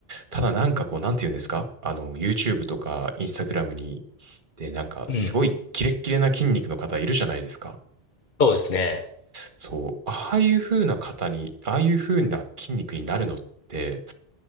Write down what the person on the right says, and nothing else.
ただなんかこう、なんて言うんですかあの、YouTube とか Instagram に、で、なんかすごいキレッキレな筋肉の方いるじゃないですか。
そう、ああいう風な方に、ああいう風な筋肉になるのって、